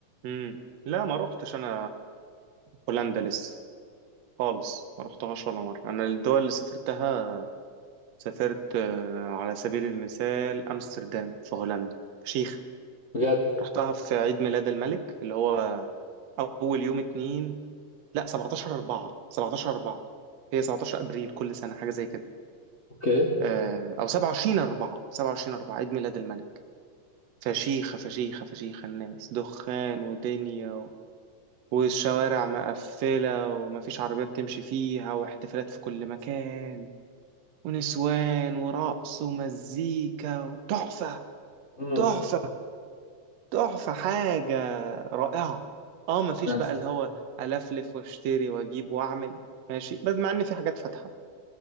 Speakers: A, on the right (about 65°); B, on the left (about 30°).
A: امم لا ما روحتش انا بولندا لسه خالص ما روحتهاش ولا مره انا الدول اللي سافرتها سافرت آه، على سبيل المثال امستردام في هولندا فشيخ
B: بجد
A: رحتها في عيد ميلاد الملك اللي هو اول يوم اتنين لا 17 4 17 4 هي 17 ابريل كل سنه حاجه زي كده
B: اوكي
A: آه، او 27 4 27 4 عيد ميلاد الملك فشيخه فشيخه فشيخه الناس دخان ودنيا والشوارع مقفلة ومفيش عربيات تمشي فيها واحتفالات في كل مكان ونسوان ورقص ومزيكا تحفة
B: امم
A: تحفة تحفة حاجة رائعة اه مفيش
B: تمام
A: بقى اللي هو ألفلف واشتري واجيب واعمل ماشي بس مع ان في حاجات فاتحة